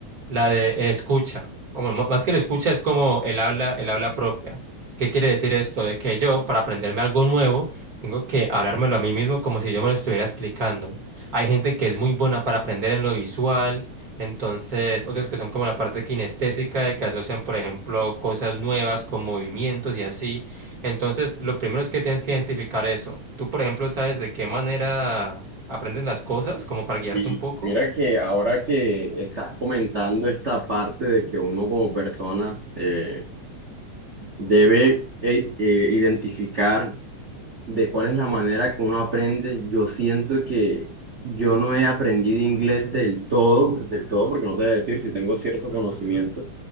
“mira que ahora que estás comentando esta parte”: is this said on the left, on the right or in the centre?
Right